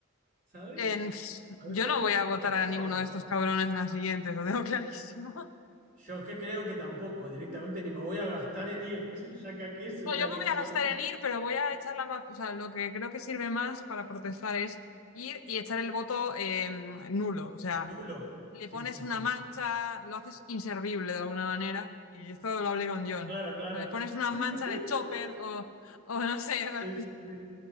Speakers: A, on the right (about 40°); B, on the left (about 70°).
A: ¿sabes?
B: En- pf,
A: A veces
B: yo no voy a votar
A: me pongo
B: a ninguno
A: a pensar.
B: de estos cabrones en las siguientes, lo tengo <laughs> clarísimo.
A: Yo que creo que tampoco, directamente ni me voy a gastar en ir, <laughs> ya que aquí es una
B: No, yo
A: elección,
B: me voy a gastar en ir, pero voy a echar la... va- O sea, lo que creo que sirve más para protestar es ir y echar el voto eh, nulo. O sea,
A: nulo.
B: le
A: Sí,
B: pones
A: sí, sí.
B: una mancha, lo haces inservible de alguna manera, y esto lo hablé con John.
A: Claro,
B: O
A: claro.
B: sea, le pones una
A: Sí,
B: mancha
A: <laughs>
B: de chopper o, o no sé, <laughs> o,
A: sí, sí. Sí,